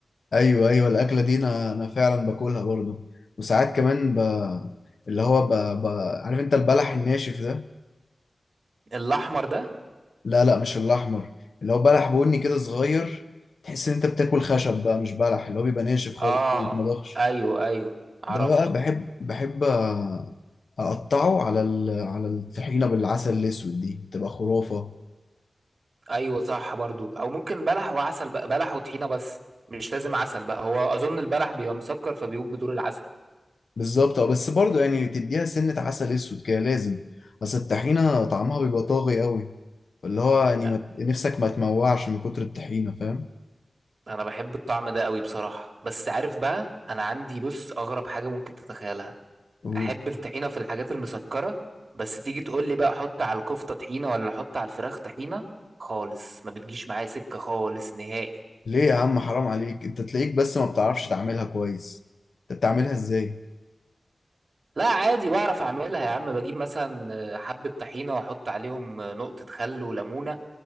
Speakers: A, on the left; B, on the right.
A: أيوه أيوه الأكلة دي أنا أنا فعلا باكلها برضه وساعات كمان ب... اللي هو ب... ب... عارف أنت البلح الناشف ده؟
B: الاحمر ده
A: لا لا مش الأحمر اللي هو بلح بني كده صغير تحس إن أنت بتاكل خشب بقى مش بلح اللي هو بيبقى ناشف خالص
B: اه
A: ما بيتمضغش
B: ايوه ايوه عرفته
A: ده بقى بحب بحب آه، اقطعه على ال... على الطحينه بالعسل الاسود دي تبقى خرافه
B: ايوه صح برضو او ممكن بلح وعسل بقى بلح وطحينه بس مش لازم عسل بقى هو اظن البلح بيبقى مسكر فبيقوم بدور العسل
A: بالظبط اه بس برضه يعني تديها سنه عسل اسود كده لازم بس الطحينه طعمها بيبقى طاغي قوي اللي هو يعني
B: ها،
A: ما... نفسك ما تموعش من كتر الطحينه فاهم
B: انا بحب الطعم ده قوي بصراحه بس عارف بقى انا عندي بص اغرب حاجه ممكن تتخيلها
A: و-
B: احب الطحينه في الحاجات المسكره بس تيجي تقول لي بقى حط على الكفته طحينه ولا حط على الفراخ طحينه خالص ما بتجيش معايا سكه خالص نهائي
A: ليه يا عم حرام عليك انت تلاقيك بس ما بتعرفش تعملها كويس انت بتعملها ازاي
B: لا عادي بعرف اعملها يا عم بجيب مثلا آه، حبه طحينه واحط عليهم آه، نقطه خل وليمونه